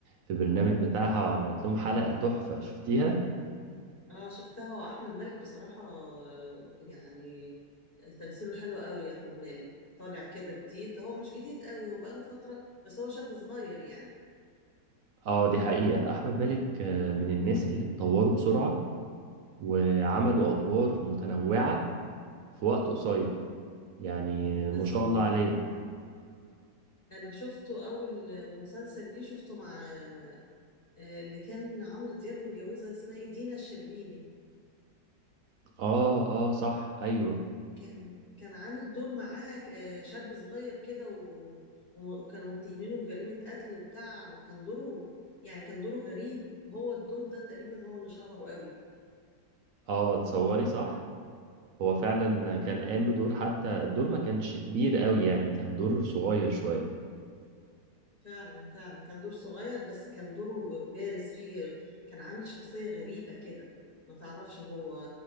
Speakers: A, on the right; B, on the left.
A: في برنامج بتاعها وعملت لهم حلقة تحفة شفتيها
B: اه شفتها هو احمد مالك بصراحة آه، يعني آه، تمثيله حلو قوي احمد مالك طالع كده جديد هو مش جديد قوي هو بقاله فترة بس هو شاب صغير يعني
A: اه دي حقيقة احمد مالك آه، من الناس اللي اتطوروا بسرعة وعملوا ادوار متنوعة في وقت قصير يعني
B: بالظبط
A: آه، ما شاء الله عليه
B: انا شفته اول مسلسل ليه شفته مع آه، آه، اللي كان عمرو دياب متجوزها اسمها ايه دينا الشربيني
A: اه اه صح ايوه
B: كان كان عامل دور معاها آه، شاب صغير كده و- و- وكانوا متهمينه بجريمة قتل وبتاع وكان دوره يعني كان دوره غريب هو الدور ده تقريبا هو اللي شهره
A: اه تصوري صح هو فعلا
B: قوي
A: كان قام بدور حتى الدور ما كانش كبير قوي يعني كان دور صغير شوية
B: فعلا فعلا كان دور صغير بس كان دوره بارز فيه كان عامل شخصية غريبة كده ما تعرفش هو